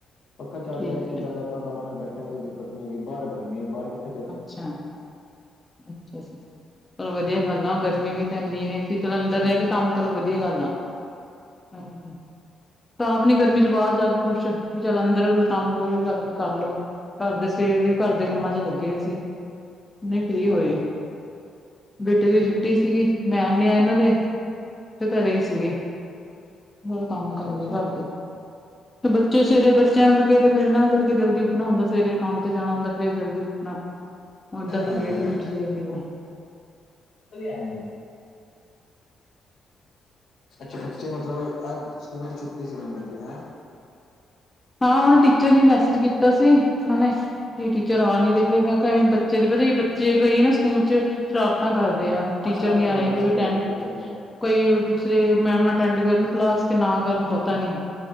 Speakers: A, on the left (about 65°); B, on the left (about 20°).
A: ਪੱਖਾ ਚੱਲ
B: ਠੀਕ
A: ਰਿਹਾ ਅਸੀ ਚੱਲ
B: ਹੈ
A: ਆਪਾਂ ਅਰਾਮ ਨਾਲ ਬੈਠੇ ਆ, ਕੋਈ ਦਿੱਕਤ ਨੀ ਹੈਗੀ ਬਾਹਰ ਗਰਮੀ ਹੈ ਬਾਹਰ ਕਿੱਥ
B: ਅੱਛਾ, ਅੱਛਾ ਜੀ। ਚਲੋ ਵਧੀਆ ਗੱਲ ਆ। ਗਰਮੀ ਵੀ ਤਾਂ ਇੰਨੀ ਏ ਈ ਸੀ ਚ ਅੰਦਰ ਰਹਿ ਕੇ ਕੰਮ ਕਰਲੋ ਵਧੀਆ ਗੱਲ ਆ। ਹਾਂਜੀ। ਤਾਂ ਆਪ ਨੀ ਗਰਮੀ ਚ ਬਾਹਰ ਜਾ ਕੇ ਖੁਸ਼ ਵੀ ਚੱਲ ਅੰਦਰ ਕੋਈ ਕੰਮ ਕੋਈ ਵੀ ਗਾ ਕਰ ਲਓ। ਘਰ ਦੇ ਸਵੇਰ ਦੇ ਈ ਘਰ ਦੇ ਕੰਮਾਂ ਚ ਲੱਗੇ ਗੇ ਸੀ। ਹੁਣ ਫ੍ਰਰੀ
A: ਹਾਂ
B: ਹੋਏ,
A: ਬਸ
B: ਬੇਟੇ ਦੀ
A: ਹਾਂਜੀ
B: ਛੁੱਟੀ
A: ਹਾਂਜੀ
B: ਸੀਗੀ। ਮੈਮ ਨੀ ਆਏ ਇਹਨਾਂ ਦੇ, ਤੇ ਘਰੇ ਹੀ ਸੀਗੇ। ਹੋਰ ਕੰਮ
A: ਅੱਛਾ
B: ਕਰਲੇ
A: ਅੱਛਾ
B: ਘਰ ਦੇ। ਬੱਚੇ ਸਵੇਰੇ ਬੱਚਿਆਂ ਕਰਕੇ ਫਿਰ ਇਹਨਾਂ ਦੇ ਕਰਕੇ ਜਲਦੀ ਉੱਠਣਾ ਹੁੰਦਾ, ਸਵੇਰੇ ਕੰਮ ਤੇ ਜਾਣਾ ਹੁੰਦਾ, ਫੇਰ ਜਲਦੀ ਉਠ ਨਾ, ਹੁਣ ਤਾਂ ਫਿਰ
A: ਹਾਂਜੀ
B: ਲੇਟ ਈ ਉਠ ਜਾਉਗਾ ਫਿਰ
A: ਹਾਂਜੀ ਅੱਛਾ, ਬੱਚੇ ਮਤਲਬ ਅ ਅੱਜ ਸਕੂਲ ਦੀ ਛੁੱਟੀ ਸੀ ਮੁੰਡੇ ਦੀ ਹੈਂ?
B: ਹਾਂ, ਓਨੇ ਟੀਚਰ ਨੇ ਮੈਸੇਜ ਕੀਤਾ ਸੀ, ਉਹਨਾਂ ਨੇ ਕੀ ਟੀਚਰ ਆ
A: ਅੱਛਾ
B: ਨਹੀ ਰਹੇ ਤੇ ਫਿਰ ਮੈਂ ਕਿਹਾ ਵ ਬੱਚੇ ਦੇ ਪਤਾ ਬੱਚੇ ਗਏ ਨਾ ਸਕੂਲ ਚ ਸ਼ਰਾਰਤਾਂ ਕਰਦੇ ਆ, ਟੀਚਰ
A: ਹਾਂ ਸ਼ਰਾਰਤਾਂ
B: ਨੀ ਆਏ
A: ਕਰਦਾ ਸਹੀ
B: ਕੋਈ ਅਟੈਂਡ
A: ਗੱਲ ਹੈ ਟੀਚਰ ਨੇ
B: ਕੋਈ ਦੂਸਰੇ ਮੈਮ ਅਟੈਂਡ ਕਰਨ ਕਲਾਸ ਕੇ ਨਾ ਕਰਨ ਪਤਾ ਨਹੀਂ।